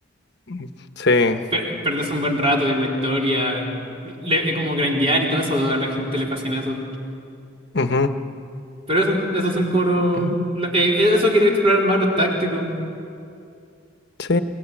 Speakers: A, on the left; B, on the right.
A: Mm, Sí.
B: per- perderse un buen rato en la historia, le- eh, como grindear y todo eso, a la gente le fascina eso.
A: ujú,
B: Pero eso, esos son como los...
A: ujú.
B: lo- eh, eso quería explorar más los tácticos.
A: Sí.